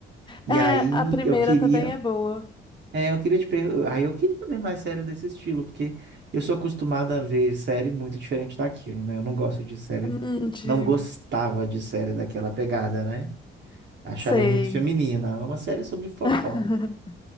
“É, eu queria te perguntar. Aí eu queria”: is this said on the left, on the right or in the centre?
Right